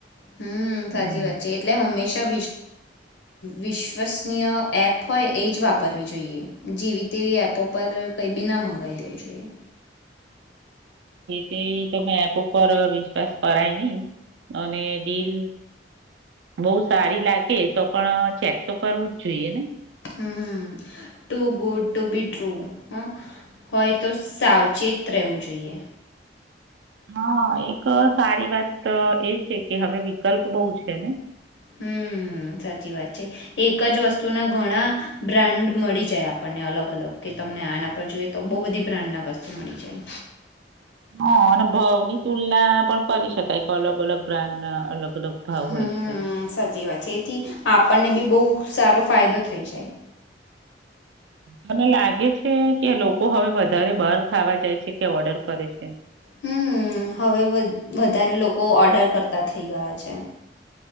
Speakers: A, on the left; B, on the right.
A: હમ
B: હમ
A: સાચી વાત છે એટલે હમેશા વિશ્વસનીય એપ હોય એ જ વાપરવી જોઈએ જેવી તેવી એપો પર કંઈ બી ના મંગાવી દેવું જોઈએ
B: તે તો મે ર વિશ્વાસ કરાય નહી અને ડીલ બહુ સારી લાગે તો પણ ચેક તો કરવું જ જોઈએ ને
A: હ too good to be true હ હોય તો સાવચેત રહેવું જોઈએ
B: હા એક સારી વાત એ છે કે હવે વિકલ્પ બહુ છે ને
A: હમ સાચી વાત છે એક જ વસ્તુના ઘણા બ્રાન્ડ મળી જાય આપણને અલગ અલગ કે તમને આના પર જોઈએ તો બહુ બધી બ્રાન્ડના વસ્તુ મળી જાય
B: હા અને ભાવ ની તુલના પણ કરી શકાય અલગ અલગ બ્રાન્ડ ના અલગ અલગ ભાવ
A: હમ
B: હોય છે
A: સાચી વાત છે એથી આપણને બી બહુ ખૂબ સારો ફાયદો થઈ જાય
B: મને લાગે છે કે લોકો હવે વધારે બહાર ખાવા જાય છે કે ઓર્ડર કરે છે
A: હમ હવે વધારે લોકો ઓર્ડર કરતા થઇ ગયા છે